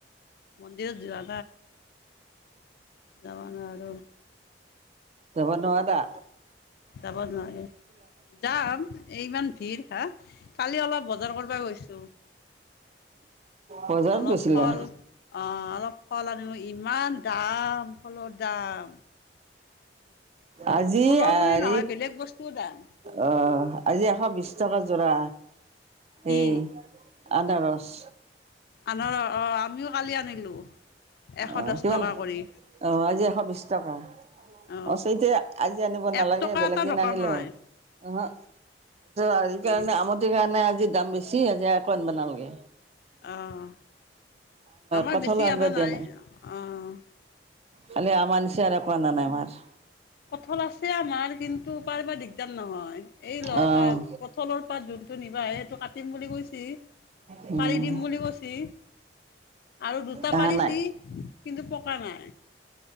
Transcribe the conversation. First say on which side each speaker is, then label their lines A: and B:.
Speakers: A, on the left; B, on the right.
A: মন্দিৰত যোৱা যাবা নোৱাৰোঁ।
B: যাবৰ নোৱাৰা দা
A: যাব নোৱাৰাৰে যাম ইমান ভিৰ হা কালি অলপ বজাৰ কৰিব গ
B: বজাৰত
A: অলপ
B: গৈছিলা
A: ফল আহ অলপ ফল আন ইমান দাম ফলৰ দাম।
B: আজি
A: ফলৰ
B: আৰিত
A: বুলি নহয় বেলেগ বস্তুও দাম
B: আহ আজি এশ বিশ টকা যোৰা
A: কি
B: এই আদাৰস
A: আনৰ অ, আমিও কালি আনিলো। এশ
B: আহ,
A: দহ
B: কিমান
A: টকা কৰি
B: আহ আজি এশ বিশ টকা।
A: অ
B: অচতিয়া আজি আনিব নালাগে
A: এক টকা
B: বেলেগ
A: এটা
B: দিন
A: নকমাই
B: আনিলে হ'ল আহ হা আ এই কাৰণে
A: অ
B: আমটিৰ কাৰণে আজি দাম বেছি আজি আকৌ আনব নালগে।
A: আহ আমাৰ
B: কঁঠালো
A: বেছি
B: আনিব
A: আনা
B: দিয়া
A: নাই অ'
B: খালি আমাৰ নিচিনা আৰু একো আনা নাই আমাৰ
A: কঠল আছে আমাৰ কিন্তু পাৰিবাৰ দিগদাৰ নহয়। এই লৰা
B: অ'
A: পঠলৰ পাত যোনটো নিবা সেইটো কাটিম বুলি কৈছি।
B: উম
A: পাৰি দিম বুলি কৈছি। আৰু দুটা
B: অহা
A: পাৰিছি
B: নাই
A: কিন্তু পকা নাই।